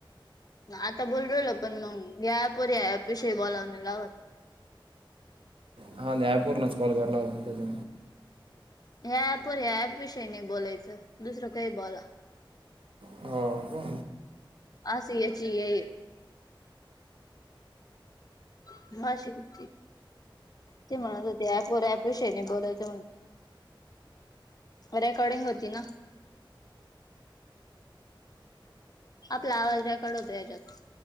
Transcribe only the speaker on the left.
आता बोल रल पण मग या अप वर या विषयी बोलावणे लावत
ह्या ऍपवर ह्या ऍप विषयी नाही बोलायचं दुसरं काही बोला.
असं याची हे हा पाचशे किती? ते म्हणत होते ऍप वर ऍप विषयी नाय बोलायच. रेकॉर्डिंग होती ना‌. आपला आवाज्याकडतो याच्यात